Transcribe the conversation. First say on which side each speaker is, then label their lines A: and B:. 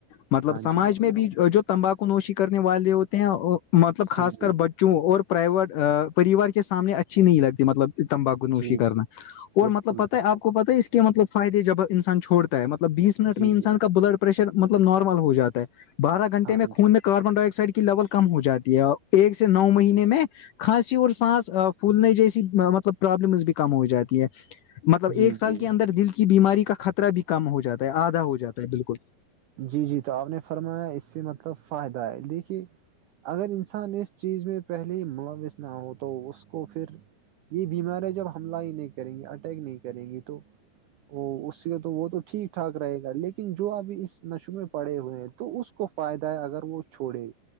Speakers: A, on the left (about 70°); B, on the right (about 85°).
A: مطلب
B: ہاں
A: سماج
B: جی
A: میں بھی جو تمباکو نوشی کرنے والے ہوتے ہیں مطلب خاص
B: جی
A: کر
B: بالکل
A: بچوں اور پرائیویٹ پریوار کے سامنے اچھی نہیں لگتی مطلب تمباکو نوشی
B: جی
A: کرنا اور
B: بالکل
A: مطلب پتاہ
B: بالکل
A: ہے آپ کو پتہ ہے اس کے مطلب فائدے جب انسان چھوڑ مطلب بیس منٹ
B: جی
A: میں انسان
B: جی
A: کا بلڈ پرریشر مطلب نارمل ہو جاتا ہے بارہ گھنٹے
B: ہاں
A: میں خون
B: جی
A: میں کاربن ڈائی آکسائڈ کی لیول کم ہو جاتی ہے اور ایک سے نو مہینے میں کھانسی اور سانس پھولنے جیسی مطلب پرابلمس بھی کم ہو جاتی ہے مطلب
B: جی
A: ایک سال
B: جی
A: کے اندر دل کی بیماری کا خطرہ بھی کم ہو جاتا ہے آدھا ہو جاتا ہے بالکل
B: جی جی تو آپ نے فرمایا اس سے مطلب فائدہ ہے دیکھیے اگر انسان اس چیز میں پہلے ہی ملوث نہ ہو تو اس کو پھر یہ بیماریاں جب حملہ ہی نہیں کریں گی اٹیک نہیں کریں گی تو وہ اس سے تو وہ تو ٹھیک ٹھاک رہے گا لیکن جو ابھی اس نشو میں پڑے ہوئے ہیں تو اس کو فائدہ ہے اگر وہ چھوڑے